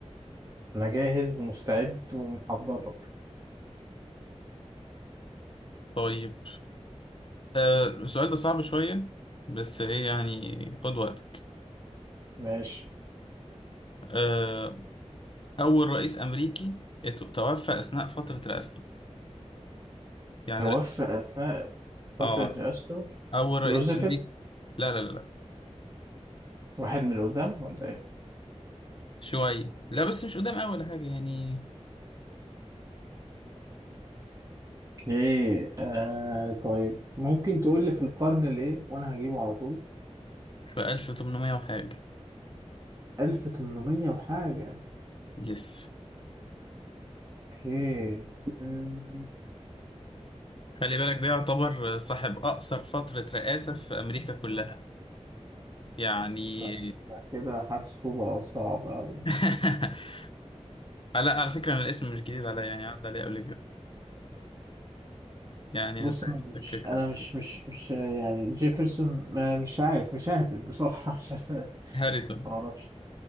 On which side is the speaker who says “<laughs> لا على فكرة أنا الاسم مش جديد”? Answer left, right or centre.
Left